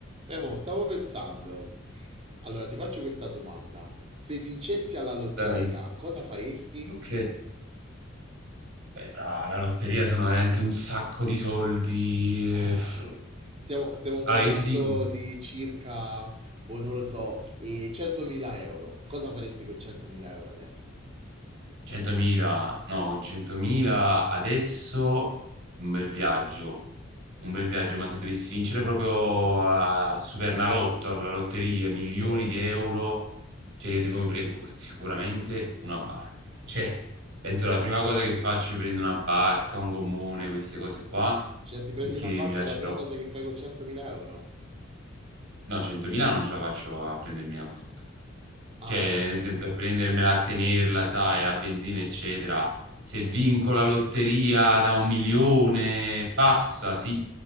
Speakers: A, on the right; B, on the right.
A: Eh, mo, stavo pensando. Allora, ti faccio questa domanda. Se vincessi alla lotteria,
B: Dai,
A: cosa faresti?
B: ok. Beh, fra la lotteria sono veramente un sacco di soldi.
A: Eh,
B: eh, f-
A: stiamo, stiamo parlando
B: Allora, io ti dico,
A: di circa, boh, non lo so, eh, 100.000 euro. Cosa faresti con 100.000 euro adesso?
B: 100.000, no, con 100.000 adesso un bel viaggio, un bel viaggio, ma se dovessi vincere proprio a al Supernalotto, alla lotteria, milioni
A: Eh,
B: di euro, cioè io tipo mi prendo sicuramente una barca. Cioè, penso la prima cosa che faccio è prendere una barca, un gommone, queste cose qua,
A: cioè, ti prendi
B: perché
A: una banca,
B: mi piace
A: la prima
B: troppo.
A: cosa che fai con 100.000 euro?
B: No, 100.000 non ce la faccio a prendermi la banca.
A: Ah,
B: Cioè,
A: oh,
B: nel senso, prendermela, a tenerla, sai, a benzina, eccetera. Se vinco la lotteria da un milione, passa, sì,